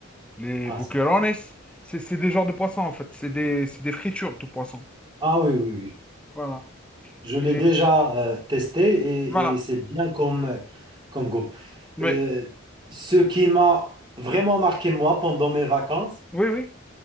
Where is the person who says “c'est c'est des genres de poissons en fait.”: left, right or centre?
Centre